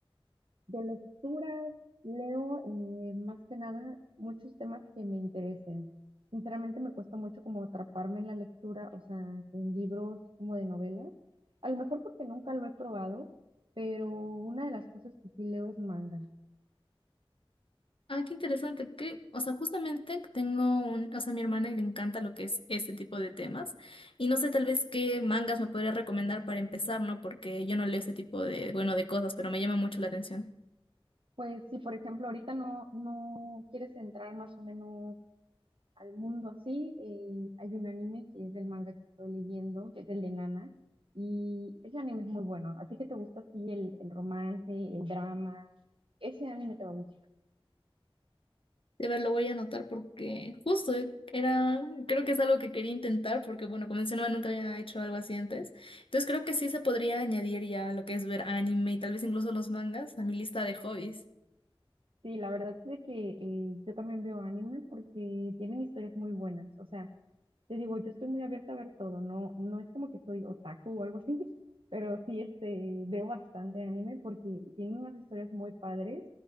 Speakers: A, on the right; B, on the left.
A: De lecturas leo eh, más que nada muchos temas que me interesen. Sinceramente me cuesta mucho como atraparme en la lectura, o sea, en libros como de novelas. A lo mejor porque nunca lo he probado, pero una de las cosas que sí leo es manga.
B: Ah, qué interesante, que, o sea, justamente tengo un, o sea, a mi hermana le encanta lo que es este tipo de temas y no sé tal vez qué mangas me podría recomendar para empezar, ¿no? Porque yo no leo ese tipo de, bueno, de cosas, pero me llama mucho la atención.
A: Pues si por ejemplo ahorita no, no quieres entrar más o menos al mundo así, eh, hay un anime que es del manga que estoy leyendo, que es el de Nana, y ese anime es muy bueno. A ti que te gusta así el, el romance, el drama, ese anime te va a gustar.
B: De ver, lo voy a anotar porque justo era, creo que es algo que quería intentar porque, bueno, como mencionaba, nunca había hecho algo así antes. Entonces creo que sí se podría añadir ya lo que es ver anime y tal vez incluso los mangas a mi lista de hobbies.
A: Sí, la verdad es de que eh, yo también veo anime porque tienen historias muy buenas. O sea, te digo, yo estoy muy abierta a ver todo, no, no es como que soy otaku o algo así, <laughs> pero sí este, veo bastante anime porque tiene unas historias muy padres